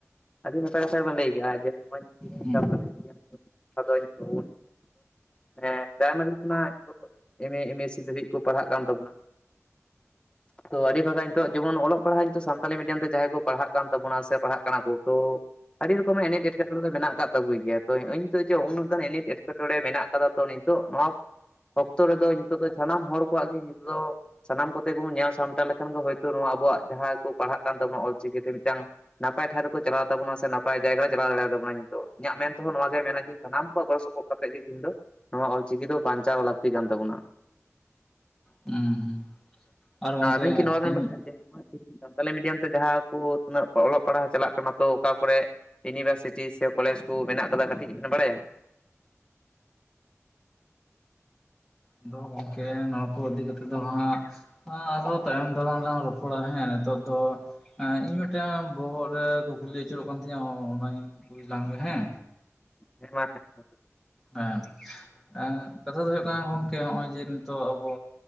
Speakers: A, on the left (about 20°); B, in the centre.
A: ᱟᱹᱰᱤ ᱱᱟᱯᱟᱭ ᱠᱟᱛᱷᱟ ᱜᱮᱵᱤᱱ ᱞᱟᱹᱭ ᱠᱮᱜᱼᱟ ᱡᱮ ᱱᱚᱜᱼᱚᱭ
B: ᱦᱩᱸ
A: ᱥᱟᱱᱛᱟᱞᱤ ᱢᱤᱰᱭᱟᱢ <unintelligible> ᱟᱫᱚ <unintelligible> ᱦᱮᱸ ᱯᱨᱟᱭᱢᱟᱨᱤ ᱠᱷᱚᱱᱟᱜ ᱮᱢ ᱮ ᱮᱢᱮᱥ ᱥᱤ ᱫᱷᱟᱹᱵᱤᱡ ᱠᱚ ᱯᱟᱲᱦᱟᱹᱜ ᱠᱟᱱ ᱛᱟᱵᱚᱱᱟ᱾ ᱛᱚ ᱟᱹᱰᱤ ᱵᱷᱟᱜᱮ ᱱᱤᱛᱚᱜ ᱡᱮᱢᱚᱱ ᱚᱞᱚᱜ ᱯᱟᱲᱦᱟᱜ ᱱᱤᱛᱚᱜ ᱥᱟᱱᱛᱟᱞᱤ ᱢᱤᱰᱤᱭᱟᱢ ᱛᱮ ᱡᱟᱦᱟᱸᱭ ᱠᱚ ᱯᱟᱲᱦᱟᱜ ᱠᱟᱱ ᱛᱟᱵᱚᱱᱟ ᱥᱮ ᱯᱟᱲᱦᱟᱜ ᱠᱟᱱᱟ ᱠᱚ ᱛᱚ᱾ ᱟᱹᱰᱤ ᱨᱚᱠᱚᱢᱟᱜ ᱮᱱᱮᱴ ᱮᱴᱠᱮᱴᱚᱸᱬᱮ ᱫᱚ ᱢᱮᱱᱟᱜ ᱠᱟᱜ ᱛᱟᱵᱚᱭ ᱜᱮᱭᱟ ᱛᱚ ᱤᱱᱤᱛᱚᱜ ᱡᱮ ᱩᱱᱟᱹᱜ ᱜᱟᱱ ᱮᱱᱮᱴ ᱮᱴᱠᱮᱴᱚᱸᱬᱮ ᱢᱮᱱᱟᱜ ᱠᱟᱫᱟ ᱛᱚ ᱱᱮᱧ ᱱᱤᱛᱚᱜ ᱱᱚᱣᱟ ᱚᱠᱛᱚ ᱨᱮᱫᱚ ᱱᱤᱛᱚᱜ ᱫᱚ ᱥᱟᱱᱟᱢ ᱦᱚᱲ ᱠᱚᱣᱟᱜ ᱜᱮ ᱱᱤᱛᱚᱜ ᱫᱚ ᱥᱟᱱᱟᱢ ᱠᱚᱛᱮ ᱜᱮᱵᱚᱱ ᱧᱮᱞ ᱥᱟᱢᱴᱟᱣ ᱞᱮᱠᱷᱟᱱ ᱜᱮ ᱦᱳᱭᱛᱳ ᱱᱚᱣᱟ ᱟᱵᱚᱣᱟᱜ ᱡᱟᱦᱟᱸ ᱠᱚ ᱯᱟᱲᱦᱟᱜ ᱠᱟᱱ ᱛᱟᱵᱚᱱᱟ ᱚᱞᱪᱤᱠᱤ ᱛᱮ ᱢᱤᱫᱴᱟᱝᱼᱼ ᱱᱟᱯᱟᱭ ᱴᱷᱟᱶ ᱨᱮᱠᱚ ᱪᱟᱞᱟᱣ ᱛᱟᱵᱚᱱᱟ ᱥᱮ ᱱᱟᱯᱟᱭ ᱡᱟᱭᱜᱟ ᱨᱮ ᱪᱟᱞᱟᱣ ᱫᱟᱲᱮᱭᱟᱛᱟᱵᱚᱱᱟ ᱱᱤᱛᱚᱜ ᱤᱧᱟᱹᱜ ᱢᱮᱱ ᱛᱮᱦᱚᱸ ᱱᱚᱣᱟ ᱜᱮ ᱢᱮᱱᱟ ᱡᱮᱼᱼ ᱥᱟᱱᱟᱢ ᱠᱚᱣᱟᱜ ᱜᱚᱲᱚ ᱥᱚᱯᱚᱦᱚᱫ ᱠᱟᱛᱮ ᱜᱮ ᱛᱮᱦᱤᱧ ᱫᱚ ᱱᱚᱣᱟ ᱚᱞ ᱪᱤᱠᱤ ᱫᱚ ᱵᱟᱧᱪᱟᱣ ᱞᱟᱹᱠᱛᱤ ᱠᱟᱱ ᱛᱟᱵᱚᱱᱟ᱾
B: ᱦᱩᱸ ᱦᱩᱸ᱾ ᱟᱨ ᱜᱚᱝᱠᱮ
A: ᱟᱵᱤᱱ ᱠᱤ ᱱᱚᱣᱟ ᱵᱮᱱ
B: ᱤᱧ
A: ᱵᱟᱲᱟᱭᱟ ᱡᱮ ᱱᱚᱸᱜᱼᱚᱭ ᱛᱮᱦᱮᱧ ᱥᱟᱱᱛᱟᱞᱤ ᱢᱤᱰᱤᱭᱟᱢ ᱛᱮ ᱡᱟᱦᱟ ᱠᱚ ᱩᱱᱟᱹᱜ ᱚᱞᱚᱜ ᱯᱟᱲᱦᱟᱣ ᱪᱟᱞᱟᱜ ᱠᱟᱱᱟ ᱛᱚ ᱚᱠᱟ ᱠᱚᱨᱮᱜ᱾ ᱤᱭᱩᱱᱤᱵᱷᱟᱨᱥᱤᱴᱤ ᱥᱮ ᱠᱚᱞᱮᱡᱽ ᱠᱚ ᱢᱮᱱᱟᱜ ᱠᱟᱫᱟ ᱠᱟᱹᱴᱤᱡ ᱵᱤᱱ ᱵᱟᱲᱟᱭᱟ?
B: ᱟᱫᱚ ᱜᱚᱝᱠᱮ ᱱᱚᱣᱟ ᱠᱚ ᱤᱫᱤ ᱠᱟᱛᱮ ᱫᱚ ᱦᱟᱸᱜᱼᱼ ᱦᱮᱸ ᱟᱨᱦᱚᱸ ᱛᱟᱭᱚᱢ ᱫᱟᱨᱟᱢ ᱞᱟᱝ ᱨᱚᱯᱚᱲᱟ ᱦᱮᱸ ᱱᱤᱛᱚᱜ ᱫᱚ ᱤᱧ ᱢᱤᱫᱴᱟᱝ ᱵᱚᱦᱚᱜ ᱨᱮ ᱠᱩᱠᱞᱤ ᱟᱹᱪᱩᱨᱚᱜ ᱠᱟᱱ ᱛᱤᱧᱟ ᱚᱱᱟᱧ ᱠᱩᱞᱤ ᱞᱟᱝ ᱜᱮ ᱦᱮ᱾ᱸ
A: ᱦᱮᱸ ᱢᱟ ᱦᱮᱸ ᱦᱮᱸ᱾
B: ᱦᱮᱸ ᱠᱟᱛᱷᱟ ᱫᱚ ᱦᱩᱭᱩᱜ ᱠᱟᱱᱟ ᱜᱚᱝᱠᱮ ᱱᱚᱜ-ᱚᱭ ᱡᱮ ᱱᱤᱛᱚᱜ ᱟᱵᱚᱼᱼ